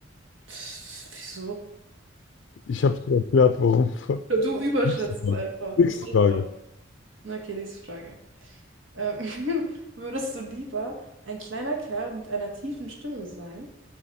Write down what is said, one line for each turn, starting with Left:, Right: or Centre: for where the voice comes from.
Right: Pff, wieso?
Left: Ich habe dir erklärt, warum. <laughs>
Right: Du überschätzt
Left: Nächste
Right: es
Left: Frage.
Right: einfach.
Left: Nächste
Right: Das geht
Left: Frage.
Right: schon. Na, Okay, nächste Frage. Ähm, <laughs> würdest du lieber ein kleiner Kerl mit einer tiefen Stimme sein